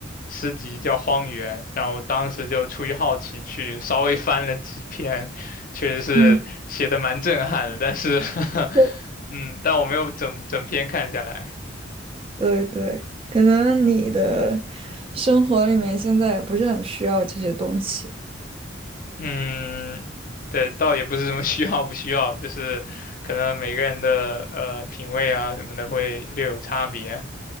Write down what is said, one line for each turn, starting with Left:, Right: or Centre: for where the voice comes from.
Left: 诗集叫《荒原》，然后我当时就出于好奇去稍微翻了几篇，确实是写的蛮震撼的，
Right: 嗯，
Left: 但是 <laughs>
Right: 对
Left: 嗯，但我没有整整篇看下来。
Right: 对对，可能你的生活里面现在也不是很需要这些东西。
Left: 嗯，对，倒也不是什么 <laughs> 需要不需要，就是可能每个人的呃品味啊什么的会略有差别，